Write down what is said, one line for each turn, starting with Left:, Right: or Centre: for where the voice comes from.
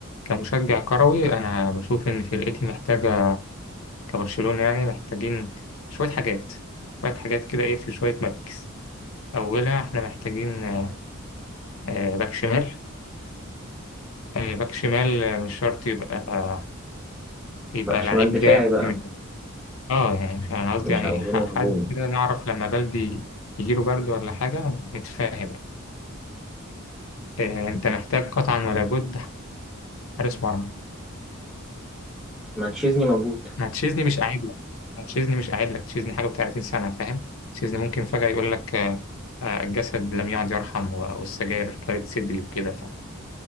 Left: كمشجع كروي أنا بشوف إن فرقتي محتاجة كبرشلونة يعني محتاجين شوية حاجات شوية حاجات كده إيه في شوية مراكز أولها إحنا محتاجين آه، آه، باك شمال آه، باك شمال آه، مش شرط يبقى آه، يبقى
Centre: باك شمال
Left: لعيب
Centre: دفاعي
Left: جامد
Centre: بقى
Left: اه يعني مش- أنا قصدي
Centre: مش
Left: يعني
Centre: عاوزينه
Left: إيه ح-
Centre: هجومي
Left: حد كده نعرف لما بلدي يجيله برد ولا حاجة نتفاهم آه، أنت محتاج قطعا ولا بد حارس مرمى
Centre: ماتشيزني موجود
Left: ما تشيزني مش قاعد لك ما تشيزني مش قاعد لك تشيزني حاجة و30 سنة فاهم تشيزني ممكن فجأة يقول لك آه، آه، الجسد لم يعد يرحم و- والسجاير كانت صدري وكده